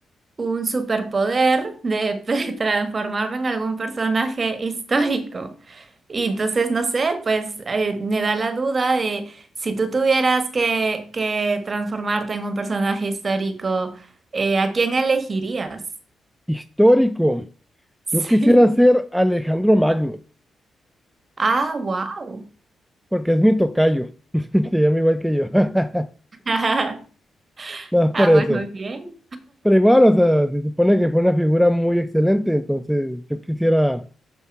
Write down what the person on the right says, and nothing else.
un superpoder de, <laughs> de transformarme en algún personaje histórico. Y entonces, no sé, pues eh, me da la duda de si tú tuvieras que, que transformarte en un personaje histórico, eh, ¿a quién elegirías? <laughs>
Sí.
Ah, wow.
<laughs>
Ah,
pues muy bien.